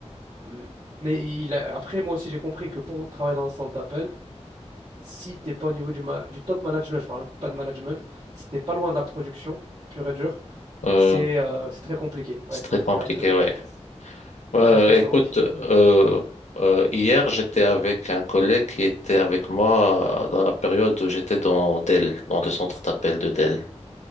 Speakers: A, on the right; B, on the left.
A: Euh, mais il a- après, moi aussi, j'ai compris que pour travailler dans un centre d'appel, si t'es pas au niveau du, ma- du top management, je parle même pas de management, si t'es pas loin de la production, pure et dure,
B: euh,
A: c'est euh, c'est très compliqué.
B: c'est
A: Ouais, c'est
B: très
A: un travail
B: compliqué,
A: très compliqué
B: ouais.
A: et
B: Euh,
A: très stressant,
B: écoute,
A: oui.
B: euh, euh, hier j'étais avec un collègue qui était avec moi euh, dans la période où j'étais dans Dell, dans le centre d'appel de Dell.